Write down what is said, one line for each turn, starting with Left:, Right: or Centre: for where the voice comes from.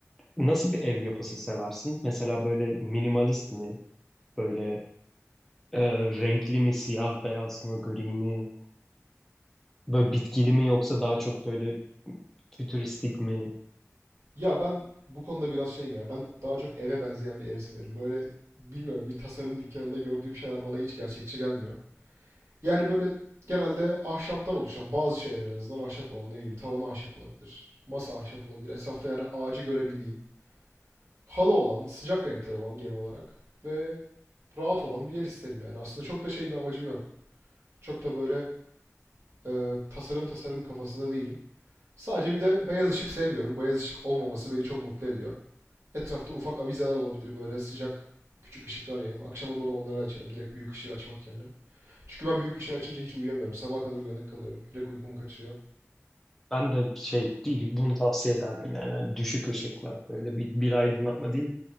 Centre: nasıl bir ev yapısı seversin? Mesela böyle minimalist mi? Böyle e, renkli mi, siyah beyaz mı, gri mi? Böyle bitkili mi yoksa daha çok böyle fütüristik mi?
Right: Ya ben bu konuda biraz şeyim ya. Ben daha çok eve benzeyen bir ev severim. Böyle bilmiyorum bir tasarım dükkanında gördüğüm şeyler bana hiç gerçekçi gelmiyor. Yani böyle genelde ahşaptan oluşan bazı şeyler en azından ahşap olan ne bileyim tavanı ahşap olabilir. Masa ahşap olabilir. Etrafta yani ağacı görebildiğim halı olan, sıcak renkler olan genel olarak ve rahat olan bir yer isterim yani. Aslında çok da şey bir amacım yok. Çok da böyle e, tasarım tasarım kafasında değilim. Sadece bir de beyaz ışık sevmiyorum. Beyaz ışık olmaması beni çok mutlu ediyor. Etrafta ufak avizeler olabilir böyle sıcak küçük ışıklar yayan. Akşama doğru onları açarım direkt büyük ışığı açmak yerine. Çünkü ben büyük ışığı açınca hiç uyuyamıyorum. Sabaha kadar uyanık kalıyorum. Direkt uykumu kaçırıyor.
Centre: Ben de şey bunu tavsiye ederdim yani. Hani düşük ışıklar böyle bir, bir aydınlatma değil